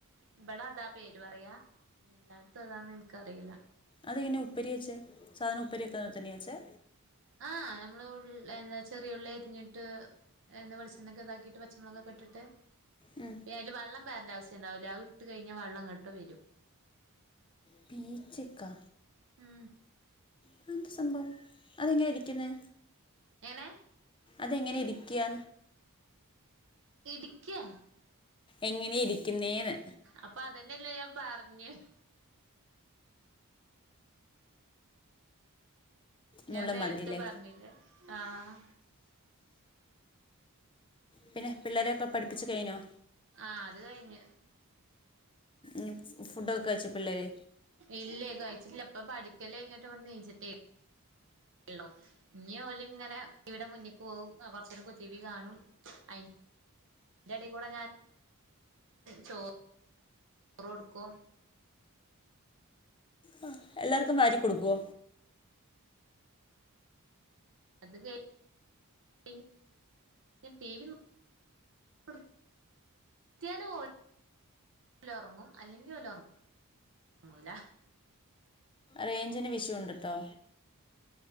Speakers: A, on the right; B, on the left.
A: ഇവ്ടെ അതാ പേര് പറയാ. ഇത് അതാണെന്ന് എനിക്കറില്ല.
B: അതെങ്ങനെയ ഉപ്പരി വെച്ചേ സാധനം ഉപ്പരി ഒക്കെ തന്നെയാ വെച്ചേ?
A: ആഹ് ഞമ്മള് ഉള് എന്താ ചെറിയ ഉള്ളി എര്ഞ്ഞ്ട്ട് എണ്ണെ വെളിച്ചണ്ണോക്കെ ഇതാക്കീട്ട് പച്ചമുളകോക്കെ ഇട്‌ട്ട്.
B: മ്
A: ഏ അയ്ല് വള്ളംപാരണ്ടെ ആവ് സ്യം ഇണ്ടാവൂല അഇട്ട് കയ്ഞ്ഞാ വള്ളം ങ്ങട്ട് വരും.
B: പീച്ചിക്ക.
A: മ്.
B: അതെഎന്ത് സംഭവം അതെങ്ങയാ ഇരിക്കിന്നെ
A: എങ്ങനെ
B: അതെങ്ങനെ ഇരിക്യാ?
A: ഇട്ക്യാ?
B: എങ്ങനെ ഇരിക്കിന്നേന്ന്?
A: അപ്പ അതെന്നെല്ലേ ഞാൻ പർഞെ. ഞാൻ
B: മുള്ള
A: നേര്ത്തെ
B: മാതിരി അല്ലേ
A: പറഞ്ഞില്ലേ ആഹ്
B: പിന്നെ പിള്ളേരൊക്കെ പഠിപ്പിച്ച് കയ്ഞ്ഞോ?
A: ആഹ് അത് കഴിഞ്ഞ്
B: മ് ഫുഡൊക്കെ കയിച്ച പിള്ളേര്?
A: ഇല്ലേ കഴിച്ചില്ല ഇപ്പ പഠിക്കല യ്ഞ്ഞട്ട്ബടെന്ന്ച്ചിട്ടേ ള്ളോ ഇഞ്ഞി ഓൽ ഇങ്ങനെ ടിവിടെ മുന്ന്ക്ക് പോവും കുറച്ചരം കൊച്ചു ടീവി കാണും അയ് യന്റെ ടി കൂടെ ഞാൻ ചോറ് റൊടുക്കും.
B: ആ എല്ലാർക്കും നാരി കൊടുക്കൊ?
A: <unintelligible> <unintelligible> ലൊറങ്ങും അല്ലെങ്കിൽ ഓലറങ് റങ്ങുല.
B: റെയ്ഞ്ചിന് വിഷംണ്ട്ട്ടോ.